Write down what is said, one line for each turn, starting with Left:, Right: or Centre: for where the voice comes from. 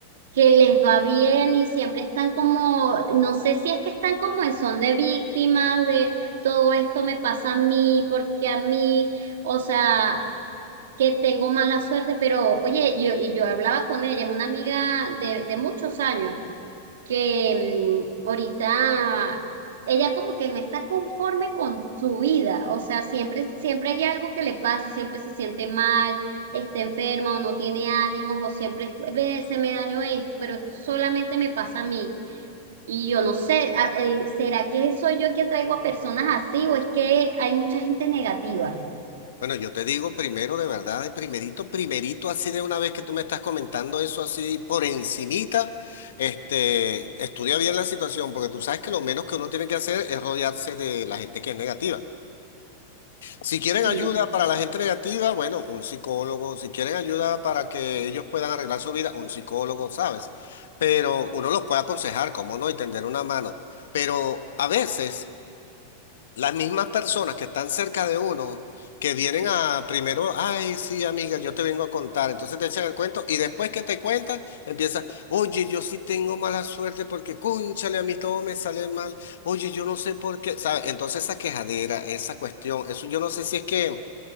Right: que les va bien y siempre están como, no sé si es que están como en son de víctimas de todo esto me pasa a mí, porque a mí, o sea, que tengo mala suerte, pero oye, yo, y yo hablaba con ella, es una amiga de, de muchos años, que mm, ahorita ella como que no está conforme con su vida, o sea, siempre, siempre hay algo que le pasa, siempre se siente mal, está enferma o no tiene ánimos o siempre es, "Ve, se me dañó esto, pero esto solamente me pasa a mí. Y yo no sé, a- eh, ¿será que soy yo que atraigo a personas así o es que hay mucha gente negativa?
Left: Bueno, yo te digo primero, de verdad, de primerito, primerito, así de una vez que tú me estás comentando eso así por encimita, este, estudia bien la situación, porque tú sabes que lo menos que uno tiene que hacer es rodearse de la gente que es negativa. Si quieren
Right: Sí,
Left: ayuda para la gente negativa, bueno, un psicólogo, si quieren ayuda para que ellos puedan arreglar su vida, un psicólogo, ¿sabes? Pero uno los puede aconsejar, cómo no, y tender una mano. Pero a veces... las mismas personas que están cerca de uno, que vienen a primero, ay, sí, amiga, yo te vengo a contar, entonces te echan el cuento y después que te cuentan, empiezas, oye, yo sí tengo mala suerte porque, cónchale, a mí todo me sale mal, oye, yo no sé por qué, ¿sabes? Entonces esa quejadera, esa cuestión, eso yo no sé si es que